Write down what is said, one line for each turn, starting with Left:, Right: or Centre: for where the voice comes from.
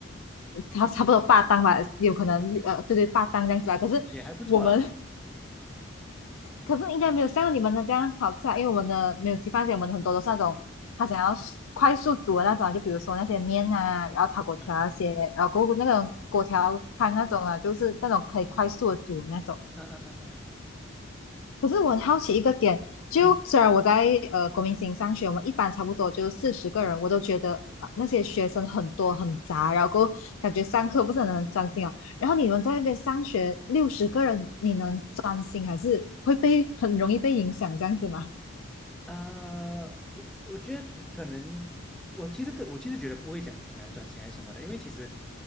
Left: 差差不多八档吧，有可能呃，对对，八档这样子吧。可是我们
Centre: 也还不错啦。
Left: <laughs> 可是应该没有像你们的这样好吃啊，因为我们的没有鸡饭蟹，我们很多都是那种他想要快速煮的那种啊就比如说那些面啊，然后炒粿条啊那些，
Centre: 啊，嗯
Left: 然后过后那种粿条汤那种啊，就是那种可以快速的煮的那种。
Centre: 嗯嗯嗯。
Left: 可是我很好奇一个点，就虽然我在呃国民型上学，
Centre: 嗯
Left: 我们一般差不多就四十个人，我都觉得、啊、那些学生很多很杂，然后感觉上课不是很能专心啊。然后你们在那边上学六十个人，你能专心还是会被很容易被影响这样子吗？
Centre: 呃，我我觉得可能，我其实个我其实觉得不会讲很难转型还是什么的，因为其实，